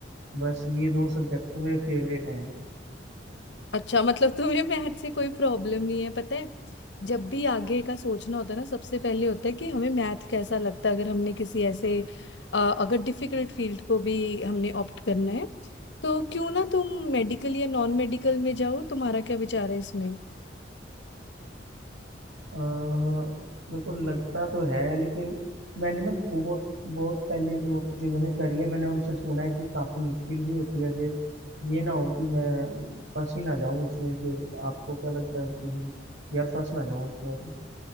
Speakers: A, on the right (about 85°); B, on the left (about 70°).
A: बस ये दो सब्जेक्ट तो मेरे फेवरेट हैं
B: अच्छा मतलब तुम्हें <laughs> मैथ से कोई प्रॉब्लम नहीं है पता है जब भी आगे का सोचना होता है ना सबसे पहले होता है कि हमें मैथ कैसा लगता है अगर हमने किसी ऐसे अ, अगर डिफिकल्ट फील्ड को भी हमने ऑप्ट करना है तो क्यों ना तुम मेडिकल या नॉन मेडिकल में जाओ तुम्हारा क्या विचार है इसमें
A: अ, मेरे को लगता तो है लेकिन मैंने ना बहुत बहुत पहले जो जिन्होंने करी है मैंने उनसे सुना है कि काफ़ी मुश्किल भी होती है फिर ये ना हो कि मैं फंस ही ना जाऊँ इसमें फिर आपको क्या लगता है कि यार फंस ना जाऊँ इसमें